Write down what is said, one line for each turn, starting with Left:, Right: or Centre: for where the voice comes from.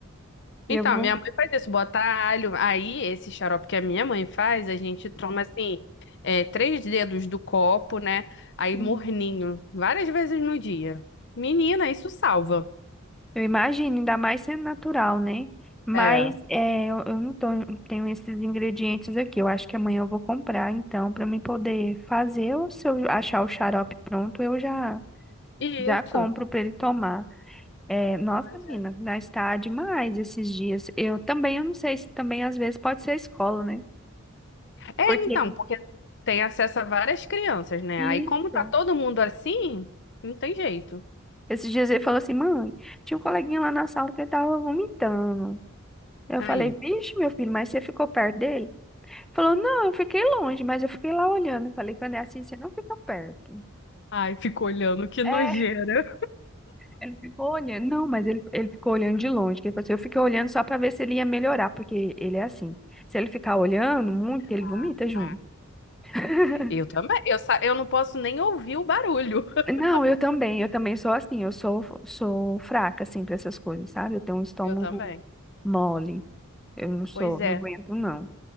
Left: Então,
Centre: E eu vou.
Left: minha mãe faz isso, bota alho. Aí, esse xarope que a minha mãe faz, a gente toma assim, é, três dedos do copo, né? Aí,
Centre: Uhum.
Left: morninho, várias vezes no dia. Menina, isso salva.
Centre: Eu imagino, ainda mais sendo natural, né? Mas
Left: É,
Centre: é, eu, eu não tô- não tenho esses ingredientes aqui. Eu acho que amanhã eu vou comprar, então, para mim poder fazer. Ou se eu achar o xarope pronto, eu já
Left: isso.
Centre: já compro para ele tomar. É, nossa,
Left: Pois
Centre: menina,
Left: é.
Centre: mas está demais esses dias. Eu também, eu não sei se também às vezes pode ser a escola, né?
Left: É,
Centre: Porque
Left: então, porque tem acesso a várias crianças, né?
Centre: isso.
Left: Aí, como tá todo mundo assim, não tem jeito.
Centre: Esses dias ele falou assim, mãe, tinha um coleguinha lá na sala que ele tava vomitando. Eu
Left: Aí.
Centre: falei, vixe, meu filho, mas você ficou perto dele? Falou, não, eu fiquei longe, mas eu fiquei lá olhando. Eu Falei, quando é assim, você não fica perto.
Left: Ai, fico olhando, que
Centre: É,
Left: nojeira.
Centre: ele ficou olhando. Não, mas ele, ele ficou olhando de longe. Que ele falou assim, eu fiquei olhando só pra ver se ele ia melhorar, porque ele é assim. Se ele ficar olhando muito, ele
Left: Ah,
Centre: vomita junto.
Left: tá.
Centre: <laughs>
Left: Eu também. Eu, sa- eu não posso nem ouvir o barulho. <laughs>
Centre: Não, eu também, eu também sou assim, eu sou, sou fraca, assim, pra essas coisas, sabe? Eu tenho um estômago
Left: Eu também.
Centre: mole, eu não sou,
Left: Pois é.
Centre: não aguento, não.